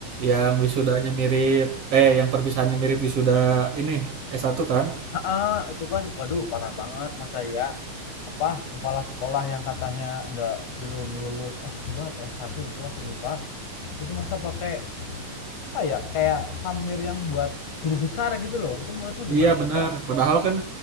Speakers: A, on the right; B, on the left.
A: yang wisudanya mirip eh yang perpisahannya mirip wisuda ini s satu kan
B: Heeh, itu kan waduh parah banget masa ya apa kepala sekolah yang katanya ndak belum lulus s dua atau s satu itu aku lupa. Itu masa pakai apa ya kayak samir yang buat guru besar gitu loh. Itu menurutmu gimana
A: iya
B: coba?
A: benar padahal kan